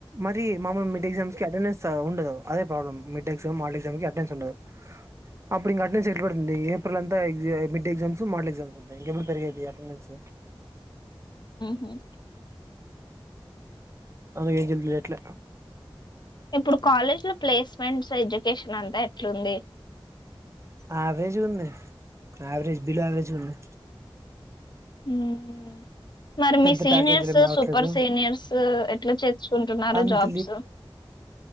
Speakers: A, on the right; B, on the left.
A: మరి మామూలు మడ్ ఎ్జాస్ క అటెండెన్ ఉండదు అద problem mid exam mall exam క అటెన్స్ ఉండదు అప్పుడు ఇంకా అటెండెన్స్ ఎట్ పెడుతుంది ఏప్రిల్ అంతా మిడ్డే ఎగ్జామ్స్ మార్డల్ ఎగ్జామ్స్ ఉంటాయి ఇంకెప్పుడు పెరిగాది అటెండెన్స్
B: ఓ
A: అందు కే చెట్లే
B: ఇప్పుడు కాలేజ్ లో ప్లేస్ ఫ్రాన్స్ ఎడ్యుకేషన్ అంతా ఎట్లుంది
A: ఆవరేజ్ ఉంది ఆయావరేజ్ బిలో వరేజ్ ఉంది
B: ఉమ్ మరి మీ
A: పెద్ద
B: సీనియర్స్
A: ప్యాకేజీలు ఏం రావట్లేదు
B: సూపర్ సీనియర్స్ ఎట్లా చేర్చుకుంటున్నారు
A: అంత
B: జాబ్స్